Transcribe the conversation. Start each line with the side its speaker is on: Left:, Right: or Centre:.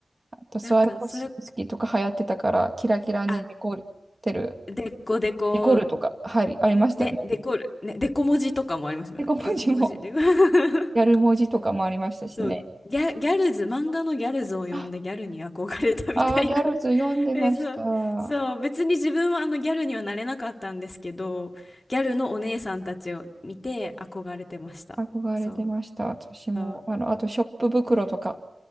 Right: あとスワロフスキーとか流行ってたから、
Left: なんか、それ、
Right: キラキラにデコってる。
Left: あ、デコデコ、
Right: デコるとか、はい、ありましたね。
Left: ね、デコる、ね、デコ文字とかもありますよね。
Right: デコ文字も、
Left: デコ文字。デコ <laughs>
Right: <laughs> ギャル文字とかもありましたしね。
Left: そう、ギャ、ギャルズ、漫画のギャルズを読んでギャルに憧れたみたいな
Right: ああー、ギャルズ読んでました。
Left: <laughs> え、そう、そう、別に自分はあのギャルにはなれなかったんですけど、ギャルのお姉さんたちを見て憧れてました。
Right: 憧れてました、
Left: そう、
Right: 私も。
Left: そう。
Right: あの、あと、ショップ袋とか